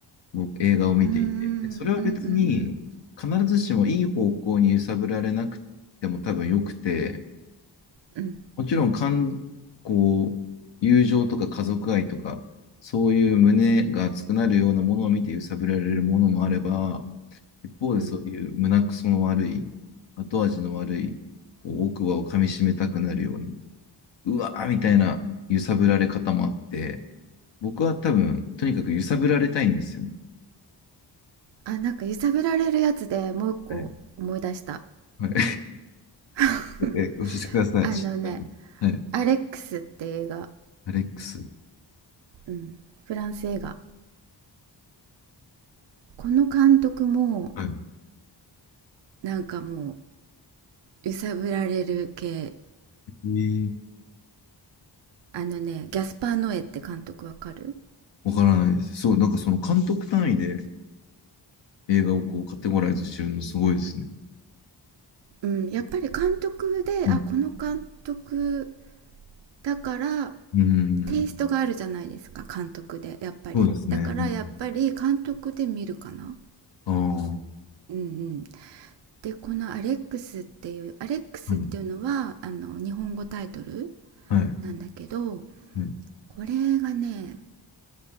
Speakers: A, on the left; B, on the right.
A: 僕、映画を見ていて。
B: うんうんうんうん
A: でそれは別に必ずしもいい方向に揺さぶられなくても多分良くて、
B: うん
A: もちろん、感、こう、友情とか家族愛とか、そういう胸が熱くなるようなものを見て揺さぶられるものもあれば、一方でそういう胸くその悪い、
B: うん
A: 後味の悪い、こう奥歯を噛み締めたくなるような、うわーみたいな揺さぶられ方もあって、僕は多分、とにかく揺さぶられたいんですよね。
B: あなんか揺さぶられるやつでもう一個思い出した
A: はい。はい、<laughs>
B: <laughs>
A: え教えてください。
B: あのね
A: 知ってるはい。
B: 「アレックス」って映画、
A: アレックス。
B: うん、フランス映画この監督も
A: はい。
B: なんかもう揺さぶられる系
A: えー
B: あのねギャスパー・ノエって監督わかる
A: わからないです。そう、なんかその監督単位で映画をこうカテゴライズしてるのすごいですね。
B: うんやっぱり監督であこの監督
A: はい。
B: だから
A: うん。う
B: テイストがあるじゃないですか監督でやっぱりだからやっぱり監督で見るかな
A: んそうですね。うん、ああ。
B: うんうんでこの「アレックス」っていう「アレックス」っていうのはあの日本語タイトル
A: はい。はい。
B: なんだけど
A: はい。
B: これがね